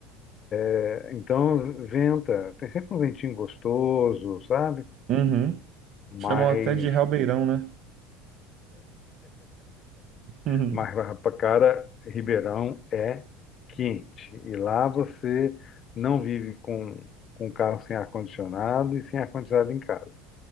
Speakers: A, on the left; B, on the right.
A: é, então venta. Tem sempre um ventinho gostoso, sabe?
B: Uhum.
A: Mas,
B: Chamam até de Realbeirão, né? <laughs> Uhum.
A: mas pra cara, Ribeirão é quente. E lá você não vive com, com carro sem ar-condicionado e sem ar-condicionado em casa.